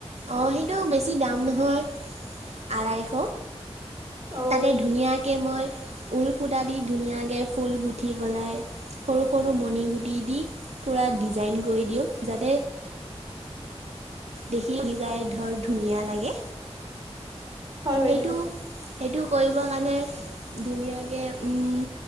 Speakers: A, on the right; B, on the right.
A: অ', সেইটো বেছি দাম নহয়, আঢ়াইশ।
B: অ
A: তাতে ধুনীয়াকে মই ঊল সূতা দি ধুনীয়াকে ফুল গুঠি পলাই সৰু-সৰু মণি গুটি দি পুৰা ডিজাইন কৰি দিওঁ, যাতে দেখি দিজাই ধৰ ধুনীয়া লাগে।
B: হয় বাইদেউ।
A: সেইটো সেইটো কৰিব কাৰণে ধুনীয়াকে উম